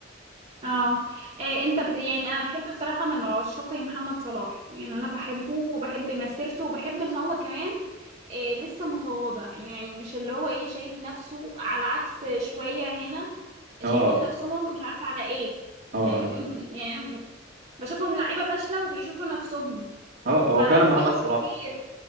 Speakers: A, on the right; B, on the right.
A: اه إيه انت بت... يعني انا بحب بصراحه من عشاق محمد صلاح يعني انا بحبه وبحب مسيرته وبحب ان هو كمان إيه لسه متواضع يعني مش اللي هو ايه شايف نفسه على عكس شويه هنا شايفين
B: اه
A: نفسهم مش عارفه على ايه
B: اه
A: يعني
B: انا بقى
A: <laughs> يعني أنا بشوفهم لعيبه فاشله وبيشوفوا نفسهم
B: اه هو
A: ف...
B: فعلا
A: وفي
B: محمد
A: اساطير
B: صلاح